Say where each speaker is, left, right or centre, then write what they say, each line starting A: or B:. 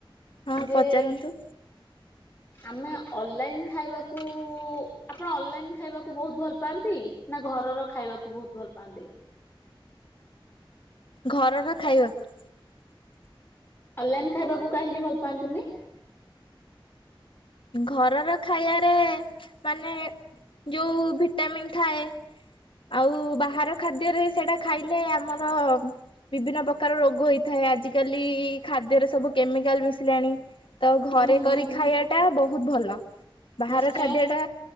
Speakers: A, on the left; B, on the left.
A: ହଁ
B: ଯେ
A: ପଚାରନ୍ତୁ।
B: ଆମେ ଅଲଲାଇନ୍ ଖାଇବାକୁ ଆପଣ ଅନଲାଇନ୍ ଖାଇବାକୁ ବହୁତ ଭଲ ପାଆନ୍ତି? ନା ଘରର ଖାଇବାକୁ ବହୁତ ଭଲ ପାଆନ୍ତି?
A: ଘରର ଖାଇବାକୁ।
B: ଅନଲାଇନ୍ ଖାଇବାକୁ କାହିଁକି ଭଲ ପାଆନ୍ତି ନି?
A: ଘରର ଖାଇବାରେ ମାନେ ଯୋଉ ଭିଟାମିନ୍ ଥାଏ। ଆଉ ବାହାର ଖାଦ୍ୟରେ ସେଇଟା ଖାଇଲେ ଆମର ବିଭିନ୍ନ ପ୍ରକାର ରୋଗ ହେଇଥାଏ, ଆଜିିକାଲି ଖାଦ୍ୟରେ ସବୁ କେମିକାଲ ମିଶିଲାଣି। ତ ଘରେ
B: ହୁଁ ହୁଁ
A: କରି
B: ହୁଁ
A: ଖାଇବାଟା ବହୁତ ଭଲ ବାହାର
B: ନିଶ୍ଚୟ
A: ଖାଦ୍ୟଟା